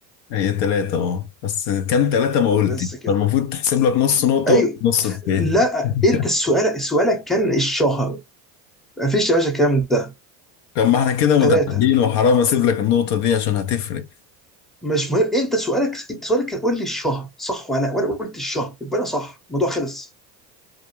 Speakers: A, on the left (about 55°); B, in the centre.
A: هي تلاتة اه بس كام تلاتة ما قلت
B: بس كده
A: فالمفروض تحسب لك نص نقطة
B: ايوه
A: ونص التاني
B: لا
A: <laughs>
B: انت السؤال سؤالك كان الشهر ما فيش يا باشا الكلام ده
A: طب ما احنا كده متعادلين
B: ثلاثة
A: وحرام اسيب لك النقطة دي عشان هتفرق
B: مش مهم انت سؤالك انت سؤالك كان قول لي الشهر صح ولا لا وانا قلت الشهر يبقى انا صح الموضوع خلص